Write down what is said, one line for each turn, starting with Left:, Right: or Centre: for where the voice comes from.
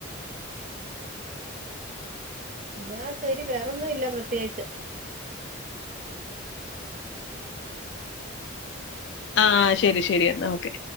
Right: എന്നാ ശരി വേറൊന്നും ഇല്ല പ്രത്യേകിച്ച്
Left: ആഹ് ശരി ശരി എന്നാ ഓക്കെ